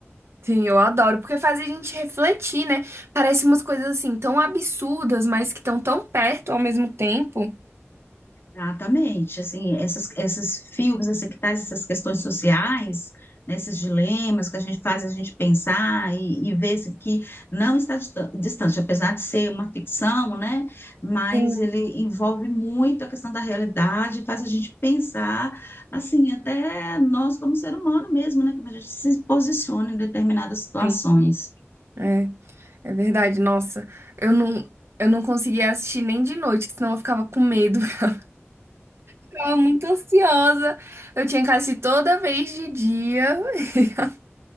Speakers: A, on the right (about 65°); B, on the left (about 55°).
A: Sim, eu adoro, porque faz a gente refletir, né? Parece umas coisas assim tão absurdas, mas que estão tão perto ao mesmo tempo.
B: Exatamente, assim, essas, esses filmes, assim, que traz essas questões sociais, né, esses dilemas que a gente faz a gente pensar e, e ver assim, que não está distan- distante, apesar de ser uma ficção, né, mas
A: Sim,
B: ele envolve muito a questão da realidade, faz a gente pensar, assim, até nós como ser humano mesmo, né, como a gente se posiciona em determinadas situações.
A: sim. é É verdade, nossa. Eu não, eu não conseguia assistir nem de noite, que senão eu ficava com medo. <laughs> Ficava muito ansiosa. Eu tinha que assistir toda vez de dia. <laughs>